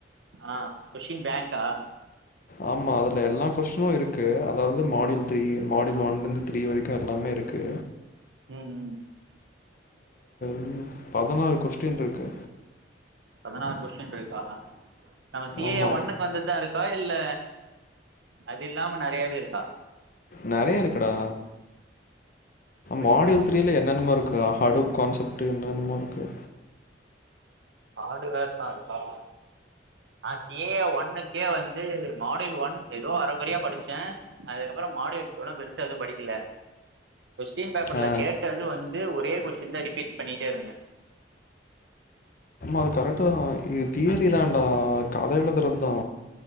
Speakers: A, on the right; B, on the left.
A: ஆஹ் கொஷின் பேங்க்கா?
B: ஆமா அதுல எல்லா கொஸ்ஸினு இருக்கு அதாவது மாடியுல் த்ரீ மாடியுல் ஒன்லெருந்து த்ரீ வரைக்கும் எல்லாமே இருக்கு
A: ம் உம்
B: உம் பதினாறு கொஸ்டின்ருக்கு
A: பதனாறு கொஸ்டின் இருக்கா? நம்ம சி ஏ
B: ஆமா
A: எ ஒன்னுக்கு வந்ததுதா இருக்கா இல்ல அது இல்லாம நறையாவே இருக்கா?
B: நறையா இருக்குடா
A: அப்படியா
B: மாட்யூல் த்ரில என்னென்னமோ இருக்கு. அ ஹாடுப் கான்செப்ட்டு என்னென்னமோ இருக்கு.
A: ஹாட்வேர் தா இருக்கா? ஆஸ் ஏ ஒன்னுக்கே வந்து மாடியுல் ஒன் எதோ அரகொறையா படிச்சே அதுக்கப்பற மாடுயுல் இவ்ள பெருசா இருக்குனு படிக்கில. கொஸ்டின் பேப்பர்ல
B: ஆ
A: கேட்டது வந்து ஒரே கொஷ்டின்தா ரிபீட் பண்ணி இருந்த
B: அ கரண் தா இது தியரிதான்டா கத எழுதுறது தா